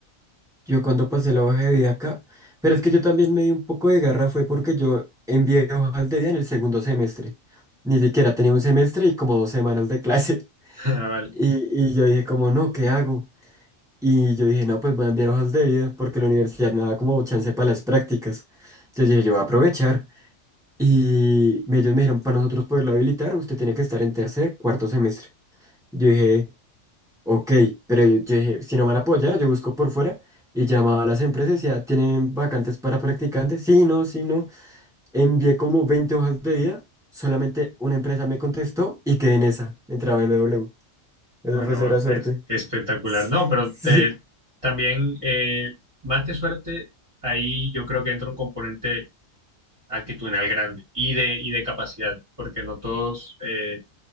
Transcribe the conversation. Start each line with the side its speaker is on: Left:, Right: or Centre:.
Centre: yo cuando pasé la hoja de vida acá, pero es que yo también me di un poco de garra fue porque yo envié hojas de vida en el segundo semestre. Ni siquiera tenía un semestre y como dos semanas de clase. <laughs>
Right: <laughs> Ah, Vale.
Centre: Y, y yo dije como, no, ¿qué hago? Y yo dije, no, pues voy a enviar hojas de vida porque la universidad me da como chance para las prácticas. Entonces dije, yo voy a aprovechar. Y me- ellos me dijeron, para nosotros poderlo habilitar, usted tiene que estar en tercer, cuarto semestre. Yo dije, ok, pero yo yo dije, si no van a apoyar, yo busco por fuera. Y llamaba a las empresas, ya tienen vacantes para practicantes. Sí, no, sí, no. Envié como 20 hojas de vida, solamente una empresa me contestó y quedé en esa. Entraba M W Esa
Right: Bueno,
Centre: fue cera
Right: es,
Centre: suerte.
Right: es espectacular.
Centre: <laughs> Sí,
Right: No, pero
Centre: sí,
Right: eh, también, eh, más que suerte, ahí yo creo que entra un componente actitudinal grande y de, y de capacidad, porque no todos, eh,